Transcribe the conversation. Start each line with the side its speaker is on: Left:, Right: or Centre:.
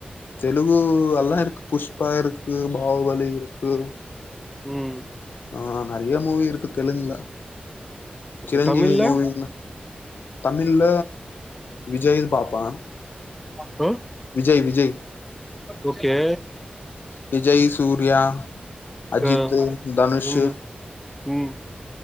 Left: தெலுங்கு எல்லா இருக்கு புஷ்பா இருக்கு பாகுபலி இருக்கு
Centre: ம்
Left: ஆ நெறைய மூவி இருக்கு தெலுங்குல
Centre: இப்ப
Left: சிரஞ்சீவி
Centre: தமிழ்ல
Left: மூவி தமிழ்ல விஜய் பாப்பான்
Centre: ஆ
Left: விஜய் விஜய்
Centre: ஓகே
Left: விஜய் சூர்யா அஜித்து
Centre: ஆ
Left: தனுஷ்சு
Centre: ம் ம்